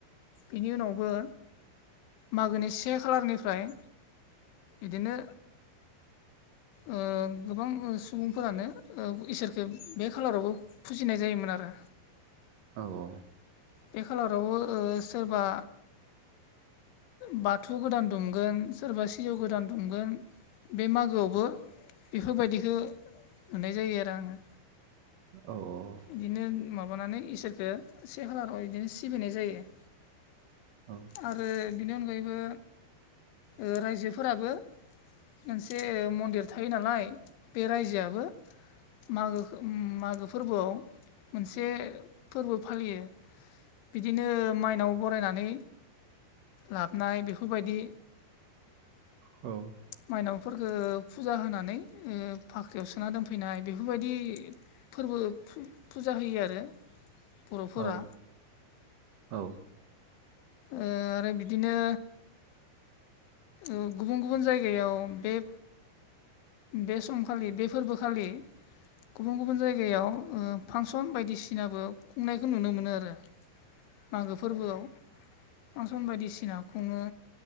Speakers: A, on the left; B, on the right.
A: बिनि उनावबो मागोनि से खालारनिफ्राय इदिनो ओ गोबां सुबुंफोरानो ओ इसोर बे बे खालारावबो फुजिनाय जायोमोन आरो।
B: औ औ।
A: बे खालारावबो ओ सोरबा बाथौ गोदान दुमगोन सोरबा सिजौ गोदान दुमगोन बे मागोआवबो बेफोरबायदिखो नुनाय जायो आरो आङो।
B: औ औ।
A: दिनो माबानानै इसोरखो से खालाराव इदिनो सिबिनाय जायो।
B: औ
A: आरो बिनि अनगायैबो ओ रायजोफोराबो मोनसे मन्दिर थायो नालाय बे रायजोआ बो मागोखो मागो फोर्बोआव मोनसे फोर्बो फालियो बिदिनो माइनाव बरायनानै लाबनाय बेफोरबायदि
B: औ
A: माइनावफोरखो फुजा होनानै ओ फाख्रियाव सोना दोनफैनाय बेफोरबायदि फोरबो फुजा होयो आरो बर'फोरा
B: औ औ
A: ओ आरो बिदिनो ओ गुबुन गुबुन जायगायाव बे बे समखालि बे फोरबोखालि गुबुन गुबुन जायगायाव फांसन बायदिसिनाबो खुंनायखौ नुनो मोनो आरो मागो फोरबोआव फांसन बायदिसिना खुङो